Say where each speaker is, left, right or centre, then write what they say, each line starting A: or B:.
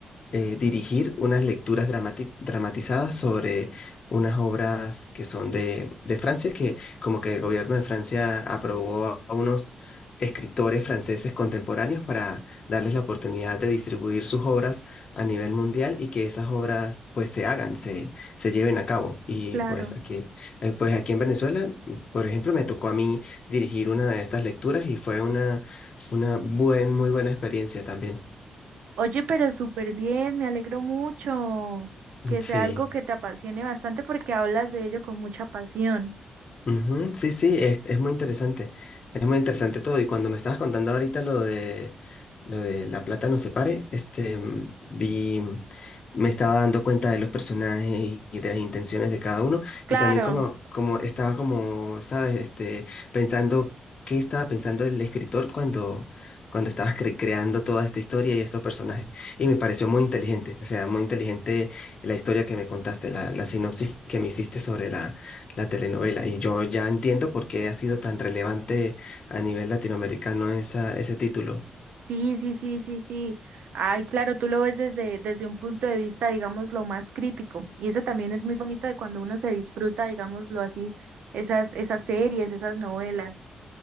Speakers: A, on the left (about 40°); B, on the right (about 75°).
A: eh, dirigir unas lecturas dramati- dramatizadas sobre unas obras que son de, de Francia, que como que el gobierno de Francia aprobó a a unos escritores franceses contemporáneos para darles la oportunidad de distribuir sus obras a nivel mundial y que esas obras pues se hagan, se, se lleven a cabo. Y
B: claro.
A: pues aquí, eh, pues aquí en Venezuela, por ejemplo, me tocó a mí dirigir una de estas lecturas y fue una, una buen, muy buena experiencia también.
B: Oye, pero súper bien, me alegro mucho que
A: Sí.
B: sea algo que te apasione bastante porque hablas de ello con mucha pasión.
A: Ujú, Sí, sí, es, es muy interesante. Es muy interesante todo. Y cuando me estabas contando ahorita lo de lo de La plata no se pare, este mm, vi, mm, me estaba dando cuenta de los personajes y y de las intenciones de cada uno.
B: Claro,
A: Y también como, como estaba como, sabes, este, pensando qué estaba pensando el escritor cuando, cuando estaba cre- creando toda esta historia y estos personajes. Y me pareció muy inteligente. O sea, muy inteligente la historia que me contaste, la, la sinopsis que me hiciste sobre la la telenovela. Y yo ya entiendo por qué ha sido tan relevante a nivel latinoamericano esa, ese título.
B: sí, sí, sí, sí, sí. Ay, claro, tú lo ves desde, desde un punto de vista, digamos, lo más crítico. Y eso también es muy bonito de cuando uno se disfruta, digámoslo así, esas, esas series, esas novelas.